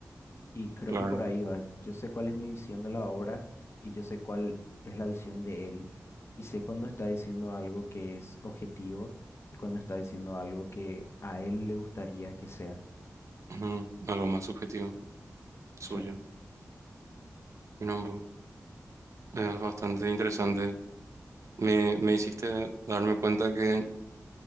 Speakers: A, on the left; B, on the right.
A: Y creo
B: claro,
A: que por ahí va. Yo sé cuál es mi visión de la obra y yo sé cuál es la visión de él. Y sé cuando está diciendo algo que es objetivo y cuando está diciendo algo que a él le gustaría que sea.
B: ujú, algo más subjetivo suyo.
A: Sí,
B: Mira, bo, es bastante interesante. Me, me hiciste darme cuenta que